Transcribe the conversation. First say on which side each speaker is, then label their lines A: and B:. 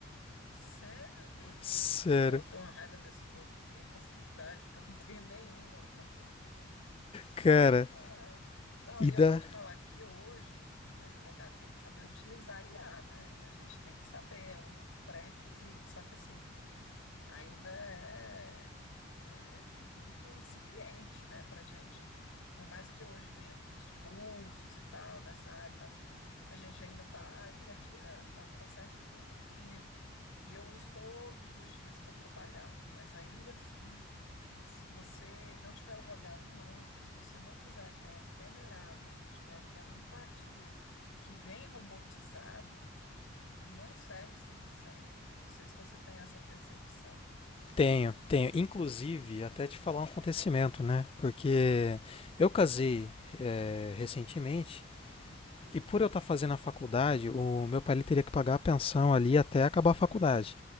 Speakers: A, on the left (about 80°); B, on the left (about 25°).
A: Sério, meu Deus
B: Sério,
A: do céu, eu tenho uma raiva desse povo que tem facilidade, porque eu não tenho nenhuma. <laughs>
B: cara,
A: Ah, não,
B: e
A: e
B: da...
A: eu vou te falar que hoje, advogado tem que saber utilizar IA, né? A gente tem que saber, é um pré-requisito. Só que assim, ainda é, é muito incipiente, né, para gente. Por mais que hoje tenha muitos cursos e tal nessa área e tal, a gente ainda está engatinhando, está um processo de formiguinha. E eu uso todos os dias para trabalhar, mas ainda assim, se você não tiver o olhar humano, se você não fizer aquela peneirada, tiver aquela empatia, o que vem robotizado não serve 100%. Não sei se você tem essa percepção.
B: Tenho, tenho. Inclusive, até te falar um acontecimento, né? Porque eu casei eh, recentemente E por eu estar fazendo a faculdade, o meu pai ele teria que pagar a pensão ali até acabar a faculdade.